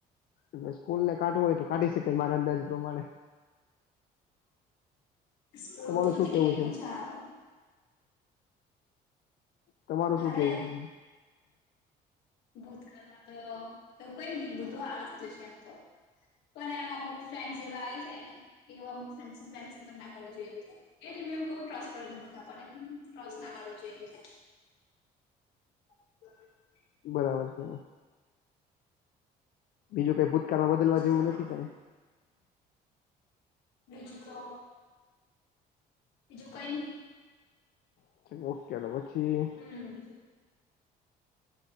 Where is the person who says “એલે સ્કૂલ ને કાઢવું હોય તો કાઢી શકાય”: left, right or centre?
Left